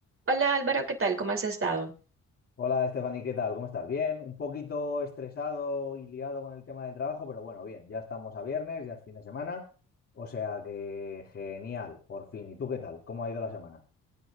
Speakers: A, on the right; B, on the left.
A: Hola Álvaro, ¿qué tal? ¿Cómo has estado?
B: Hola, Stephanie, ¿qué tal? ¿Cómo estás? Bien, un poquito estresado y liado con el tema del trabajo, pero bueno, bien, ya estamos a viernes, ya es fin de semana, o sea que genial, por fin. ¿Y tú qué tal? ¿Cómo ha ido la semana?